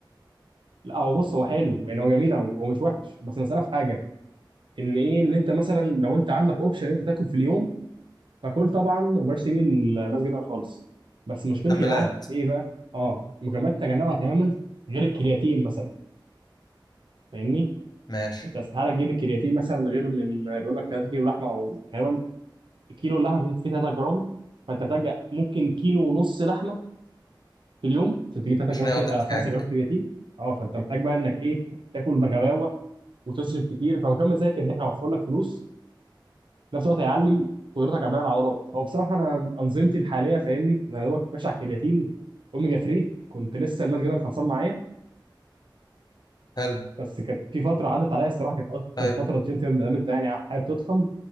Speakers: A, on the right; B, on the left.
A: لا هو بص هو حلو يعني هو جميل هو هو مش وحش بس المساله في حاجه ان ايه ان انت مثلا لو انت عندك اوبشن انت تاكل في اليوم فكل طبعا وبلاش تيجي المسجد ده خالص بس مشكلتي
B: مكملات
A: معاه في ايه بقى اه مكملات تجنبها تماما غير الكرياتين مثلا فاهمني
B: ماشي
A: انت استحاله تجيب الكرياتين مثلا غير من بيقول لك 3 كيلو لحمه او غالبا كيلو اللحمه فيه فيه 3 جرام فانت تحتاج ممكن كيلو ونص لحمه في اليوم عشان تجيب 3
B: عشان
A: جرام
B: يقضي
A: كي... آه
B: احتياجك
A: 5 جرام كرياتين اه فانت محتاج بقى انك ايه تاكل بغباوه وتصرف كتير فمكمل زي الكرياتين هيوفر لك فلوس في نفس الوقت هيعلي قدرتك على بناء العضلات هو بصراحه انا انظمتي الحاليه فاهمني انا يا دوبك ماشي على الكرياتين اوميجا 3 كنت لسه الماس جدا خلصان معايا
B: حلو
A: بس كانت في فتره عدت عليا الصراحه كانت اكتر
B: طيب
A: فتره تخنت فيها ما دام انت يعني حابب تضخم